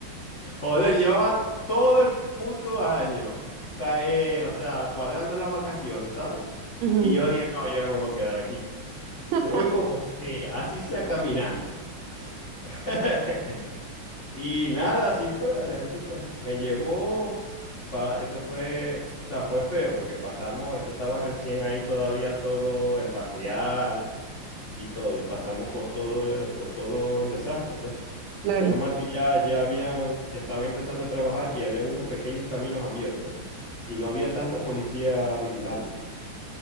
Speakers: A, on the left; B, on the right.
A: Joder, llevaba todo el puto año, ca- eh, o sea, cuadrando las vacaciones, ¿sabes?
B: Ujú.
A: Y yo dije, no, yo no me voy a quedar aquí.
B: <laughs>
A: Yo voy como sea, así sea caminando. <laughs> Y nada, así fue, Alex, así fue. Me llevó, pa- eso fue, o sea, fue feo porque pasamos, eso estaba recién ahí todavía todo el barrial y todo, y pasamos por todo, por todo el desastre, pues.
B: Claro.
A: Menos mal que ya, ya habían, ya estaban empezando a trabajar y había unos pequeños caminos abiertos y no había tanta policía vigilando.